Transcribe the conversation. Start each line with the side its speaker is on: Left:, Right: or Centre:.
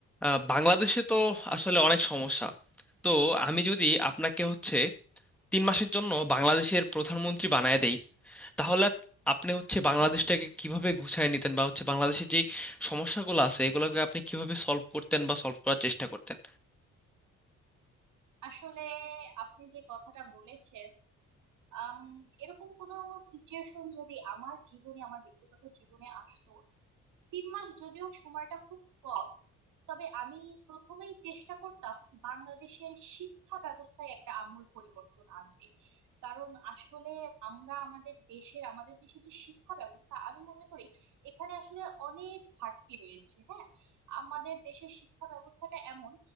Centre: আহ, বাংলাদেশে তো আসলে অনেক সমস্যা তো আমি যদি আপনাকে হচ্ছে তিন মাসের জন্য বাংলাদেশের প্রধানমন্ত্রী বানায় দেই তাহলে আপনি হচ্ছে বাংলাদেশটাকে কিভাবে গুছায় নিতেন বা হচ্ছে বাংলাদেশের যে সমস্যাগুলো আছে এগুলোকে আপনি কিভাবে সলভ করতেন বা সলভ করার চেষ্টা করতেন
Right: আসলে আপনি যে কথাটা বলেছেন আম, এরকম কোনো সিচুয়েশন যদি আমার জীবনে আমার ব্যক্তিগত জীবনে আসতো তিন মাস যদিও সময়টা খুব কম তবে আমি প্রথমেই চেষ্টা করতাম বাংলাদেশের শিক্ষা ব্যবস্থায় একটা আমূল পরিবর্তন আনতে কারণ আসলে আমরা আমাদের দেশের আমাদের দেশে যে শিক্ষা ব্যবস্থা আমি মনে করি এখানে আসলে অনেক ঘাটতি রয়েছে হ্যাঁ আমাদের দেশের শিক্ষা ব্যবস্থাটা এমন